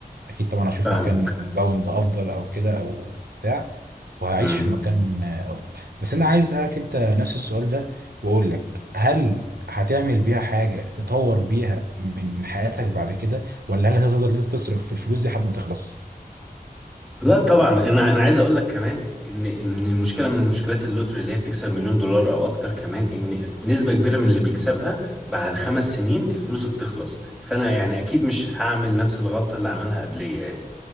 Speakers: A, on the right; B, in the centre.
A: اكيد طبعا هشوف
B: فاهمك
A: مكان كومباوند افضل او كده او بتاع وهعيش
B: امم
A: في مكان آه، افضل بس انا عايز اسالك انت نفس السؤال ده واقول لك هل هتعمل بيها حاجه تطور بيها من حياتك بعد كده ولا هل هتفضل تصرف في الفلوس دي لحد ما تخلص
B: لا طبعا انا انا عايز اقول لك كمان ان ان المشكله من مشكلات اللوتري اللي هي بتكسب مليون دولار او اكتر كمان ان نسبه كبيره من اللي بيكسبها بعد خمس سنين الفلوس بتخلص فانا يعني اكيد مش هعمل نفس الغلطه اللي عملها قبليه يعني